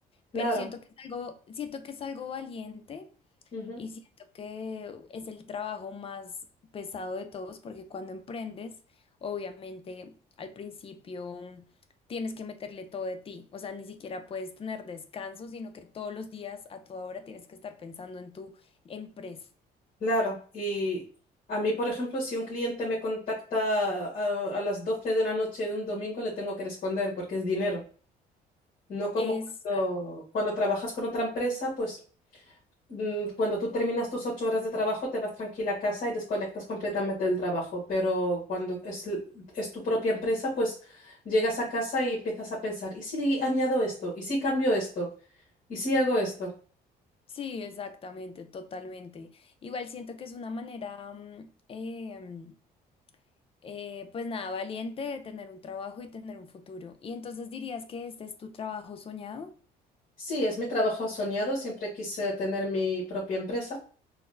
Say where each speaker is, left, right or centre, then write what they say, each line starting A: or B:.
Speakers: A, on the left; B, on the left.
A: Claro.
B: Pero siento que es algo, siento que es algo valiente
A: Ujú.
B: y siento que es el trabajo más pesado de todos, porque cuando emprendes, obviamente al principio tienes que meterle todo de ti. O sea, ni siquiera puedes tener descanso, sino que todos los días, a toda hora, tienes que estar pensando en tu empresa.
A: Claro, y a mí, por ejemplo, si un cliente me contacta a, a las 12 de la noche de un domingo, le tengo que responder porque es dinero. No como
B: Es
A: cuando, cuando trabajas con otra empresa, pues mm, cuando tú terminas tus ocho horas de trabajo, te vas tranquila a casa y desconectas completamente del trabajo. Pero cuando es, l- es tu propia empresa, pues llegas a casa y empiezas a pensar, ¿y si añado esto? ¿Y si cambio esto? ¿Y si hago esto?
B: Sí, exactamente, totalmente. Igual siento que es una manera, mm, eh, mm, eh, pues nada, valiente de tener un trabajo y tener un futuro. ¿Y entonces dirías que este es tu trabajo soñado?
A: Sí, es mi trabajo soñado. Siempre quise tener mi propia empresa